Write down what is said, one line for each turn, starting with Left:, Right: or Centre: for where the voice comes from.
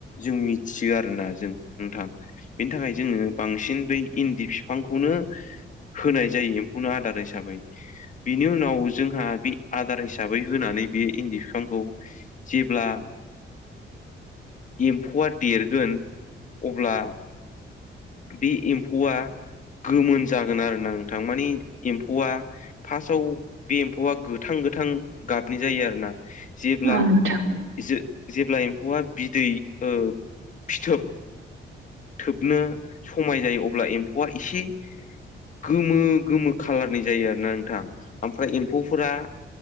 Left: जों मिथियो आरोना जों । नोंथां बेनि थाखाय जोङो बांसिन बै इन्दि बिफांखौनो होनाय जायो एम्फौनो आदार हिसाबै बिनि उनाव जोंहा बि आदार हिसाबै होनानै बे इन्दि बिफांखौ जेब्ला
Right: <inaudible>
Left: एम्फौआ देरगोन अब्ला बे एम्फौआ गोमोन जागोन आरोना नोंथां मानि एम्फौआ फार्स्टआव बे एम्फौआ गोथां गोथां गाबनि जायो आरोना । जेब्ला
Right: औ नोंथां
Left: जो जेब्ला एम्फौआ बिदै ओ फिथोब थोबनो समाय जायो अब्ला एम्फौआ एसे गोमो गोमो खालारनि जायो आरो ना नोंथां ओमफ्राय एम्फौफोरा